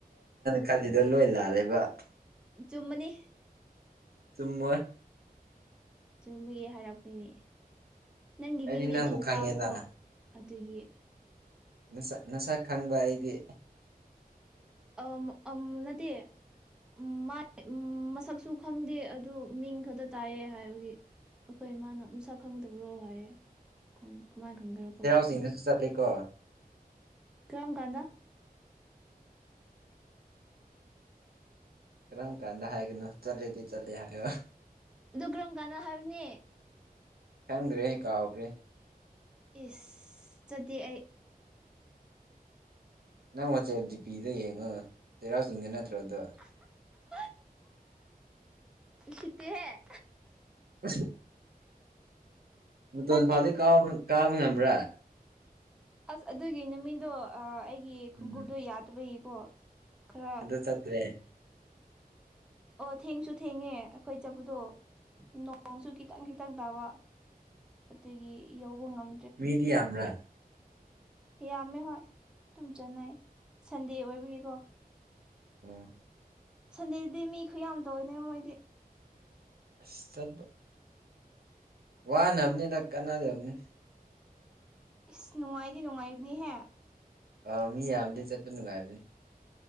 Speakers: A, on the right; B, in the centre.
A: ꯀꯥꯏꯗꯦꯗ ꯂꯣꯏ ꯂꯥꯜꯂꯦꯕ
B: ꯆꯨꯝꯃꯅꯤ
A: ꯆꯨꯝꯃꯣꯏ
B: ꯆꯨꯝꯕꯒꯤ ꯍꯥꯏꯔꯛꯄꯅꯤꯅꯦ ꯅꯪꯒꯤ
A: ꯑꯩꯗꯤ
B: ꯃꯤꯡꯗꯤ
A: ꯅꯪꯕꯨ
B: ꯑꯗꯨꯝ
A: ꯈꯪꯉꯦꯅ
B: ꯇꯥꯕꯀꯣ ꯑꯗꯨꯒꯤ
A: ꯅꯁꯛ ꯅꯁꯛ ꯈꯪꯕ ꯑꯩꯗꯤ
B: ꯑꯝ ꯑꯝ ꯅꯠꯇꯦ ꯎꯝ ꯃꯥ ꯃꯁꯛꯁꯨ ꯈꯪꯗꯦ ꯑꯗꯨ ꯃꯤꯡ ꯈꯛꯇ ꯇꯥꯏꯌꯦ ꯍꯥꯏꯕꯒꯤ ꯑꯩꯈꯣꯏ ꯃꯥꯅ ꯃꯁꯛ ꯈꯪꯗꯕ꯭ꯔꯣ ꯍꯥꯏꯌꯦ ꯀ ꯀꯃꯥꯏꯅ ꯈꯪꯗ꯭ꯔꯀꯣ
A: ꯆꯤꯡꯗ ꯆꯠꯂꯤ ꯀꯣ
B: ꯀꯔ꯭ꯝ ꯀꯥꯟꯗ
A: ꯀꯔꯝ ꯀꯥꯟꯗ ꯍꯥꯏꯒꯅꯣ ꯆꯠꯂꯦꯗꯤ ꯆꯠꯂꯦ ꯍꯥꯏꯌꯣ
B: ꯑꯗꯨ ꯀ꯭ꯔꯝ ꯀꯥꯟ ꯍꯥꯏꯕꯅꯦ
A: ꯈꯪꯗ꯭ꯔꯦ ꯑꯩ ꯀꯥꯎꯈ꯭ꯔꯦ
B: ꯏꯁ ꯆꯠꯇꯦ ꯑꯩ
A: ꯅꯪ ꯋꯥꯆꯦꯞ ꯗꯤ ꯄꯤꯗ ꯌꯦꯡꯉꯣ ꯆꯩꯔꯥꯎ ꯆꯤꯡꯗ ꯅꯠꯇ꯭ꯔꯣ ꯑꯗꯣ
B: ꯍꯣꯏ ꯎꯁꯤꯠꯇꯦꯍꯦ
A: ꯑꯁ ꯃꯇꯣꯟ
B: ꯅꯠꯇꯦ
A: ꯐꯥꯎꯗꯤ ꯀꯥꯕ ꯉꯝꯕ꯭ꯔꯥ
B: ꯑꯁ ꯑꯗꯨꯒꯤ ꯅꯨꯃꯤꯠꯗꯣ ꯑꯩꯒꯤ
A: ꯎꯝ
B: ꯈꯣꯡꯎꯞꯗꯣ ꯌꯥꯗꯕꯒꯤꯀꯣ ꯈꯔ
A: ꯑꯗꯨꯗꯣ ꯆꯠꯇ꯭ꯔꯦ
B: ꯑꯣ ꯊꯦꯡꯁꯨ ꯊꯦꯡꯉꯦ ꯑꯩꯈꯣꯏ ꯆꯠꯄꯗꯣ ꯅꯣꯡꯁꯨ ꯈꯤꯇꯪ ꯈꯤꯇꯪ ꯇꯥꯕ ꯑꯗꯨꯒꯤ ꯌꯧꯕ ꯉꯝ
A: ꯃꯤꯗꯤ ꯌꯥꯝꯕꯔꯥ
B: ꯌꯥꯝꯃꯦ ꯍꯣꯏ ꯑꯗꯨꯨꯝ ꯆꯟꯅꯩ ꯁꯟꯗꯦ ꯑꯣꯏꯕꯒꯤꯀꯣ
A: ꯎꯝ
B: ꯁꯟꯗꯦꯗꯨꯗꯤ ꯃꯤ ꯈꯨ ꯌꯥꯝ ꯇꯧꯋꯦꯅꯦꯕ ꯃꯣꯏꯗꯤ
A: ꯁꯠ ꯋꯥꯍ ꯅꯕꯅꯤꯗ ꯀꯅꯥꯗꯕꯅꯤ
B: ꯏꯁ ꯅꯨꯡꯉꯥꯏꯗꯤ ꯅꯨꯡꯉꯥꯏꯕꯅꯤꯍꯦ
A: ꯑꯥ ꯃꯤ ꯌꯥꯝꯕꯗꯤ ꯆꯠꯄ ꯅꯨꯡꯉꯥꯏꯕꯅꯦ